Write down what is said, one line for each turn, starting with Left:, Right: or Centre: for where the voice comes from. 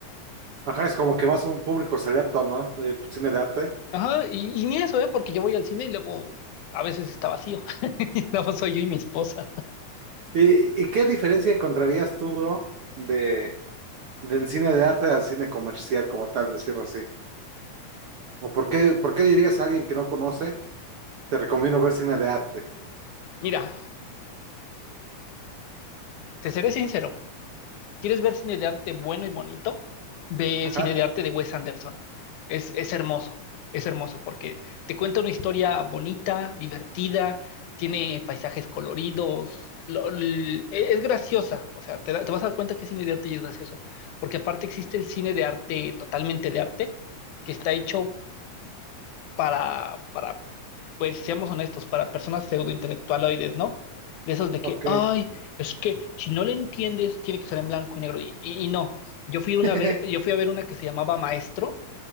Right: Ajá, es como que más un público selecto, ¿no? De cine de arte.
Left: Ajá, y, y ni eso, ¿eh? Porque yo voy al cine y luego a veces está vacío, <laughs> nada más soy yo y mi esposa.
Right: ¿Y, y qué diferencia encontrarías tú, bro? de Del cine de arte al cine comercial, como tal, decirlo así. ¿O por qué, por qué dirías a alguien que no conoce, te recomiendo ver cine de arte?
Left: Mira, te seré sincero, ¿Quieres ver cine de arte bueno y bonito? Ve
Right: Ajá,
Left: cine
Right: Sí.
Left: de arte de Wes Anderson. Es, es hermoso, es hermoso porque te cuenta una historia bonita, divertida, tiene paisajes coloridos, lo- l- e, es graciosa, o sea, te, da- te vas a dar cuenta que es cine de arte y es gracioso, porque aparte existe el cine de arte, totalmente de arte, que está hecho para, para pues seamos honestos, para personas pseudointelectualoides, ¿no? De esos de
Right: ok.
Left: que, ay, es que si no le entiendes, tiene que ser en blanco y negro. Y, y- y no, yo fui una
Right: <laughs>
Left: ver, yo fui a ver una que se llamaba Maestro,